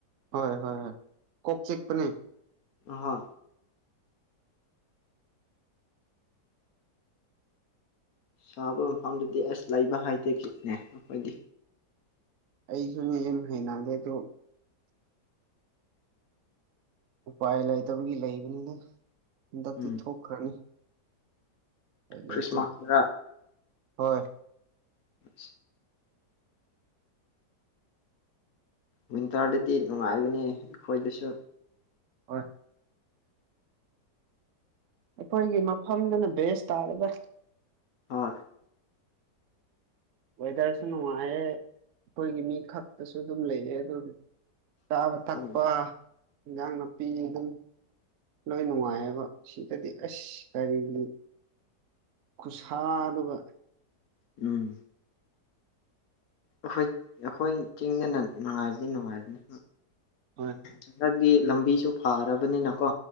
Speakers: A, on the right; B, on the left.
A: ꯍꯣꯏ ꯍꯣꯏ ꯍꯣꯏ ꯀꯣꯛꯣꯛ ꯆꯦꯛꯄꯅꯦ
B: ꯍꯣꯏ ꯁꯥꯕ ꯃꯐꯝꯗꯨꯗꯤ ꯑꯁ ꯂꯩꯕ ꯍꯥꯏꯗꯦ ꯈꯤꯅꯦ ꯑꯩꯈꯣꯏꯗꯤ
A: ꯑꯩꯁꯨꯅꯦ ꯑ ꯍꯩꯅꯗꯦ ꯑꯗꯨ ꯎꯄꯥꯏ ꯂꯩꯇꯕꯒꯤ ꯂꯩꯕꯅꯤꯅ ꯍꯟꯗꯛꯇꯤ
B: ꯎꯝ
A: ꯊꯣꯛꯈ꯭ꯔꯅꯤ ꯑꯩ ꯂꯩ
B: ꯈ꯭ꯔꯤꯁꯃꯥꯁꯇꯔ
A: ꯍꯣꯏ
B: ꯁ ꯋꯤꯟꯇꯔꯗꯗꯤ ꯅꯨꯡꯉꯥꯏꯕꯅꯤ ꯑꯩꯈꯣꯏꯗꯁꯨ
A: ꯍ ꯑꯩꯈꯣꯏꯒꯤ ꯃꯐꯝꯗꯨꯅ ꯕꯦꯁ ꯇꯥꯔꯒ
B: ꯍꯣꯏ
A: ꯋꯦꯗꯔꯁꯨ ꯅꯨꯡꯉꯥꯏꯌꯦꯦ ꯑꯩꯈꯣꯏꯒꯤ ꯃꯤ ꯈꯛꯇꯁꯨ ꯑꯗꯨꯝ ꯂꯩꯌꯦ ꯑꯗꯨꯗꯤ ꯆꯥꯕ ꯊꯛꯄ
B: ꯎꯝ
A: ꯏꯟꯖꯥꯡ ꯅꯥꯄꯤ ꯑꯗꯨꯝ ꯂꯣꯏ ꯅꯨꯡꯉꯥꯏꯑꯕ ꯁꯤꯗꯗꯤ ꯑꯁ ꯀꯔꯤꯅꯤ ꯈꯨꯁꯥ ꯑꯗꯨꯒ
B: ꯎꯝ ꯑꯩꯈꯣꯏ ꯑꯩꯈꯣꯏ ꯆꯤꯡꯗꯅ ꯅꯨꯡꯉꯥꯏꯕꯗꯤ ꯅꯨꯡꯉꯥꯏꯕꯅꯤ
A: ꯍꯣꯏ
B: ꯍꯟꯗꯛꯀꯤ ꯂꯝꯕꯤꯁꯨ ꯐꯔꯕꯅꯤꯅꯀꯣ